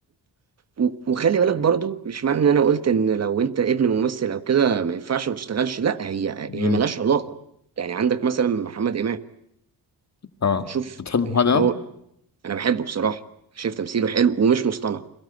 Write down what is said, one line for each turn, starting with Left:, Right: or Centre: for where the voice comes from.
Right: و- وخلي بالك برضو مش معنى ان انا قلت ان لو انت ابن ممثل او كده ما ينفعش ما تشتغلش لا هي
Left: مم.
Right: هي ملهاش علاقه يعني عندك مثلا محمد امام
Left: اه
Right: شوف
Left: بتحب محمد
Right: يعني
Left: امام
Right: هو انا بحبه بصراحه شايف تمثيله حلو ومش مصطنع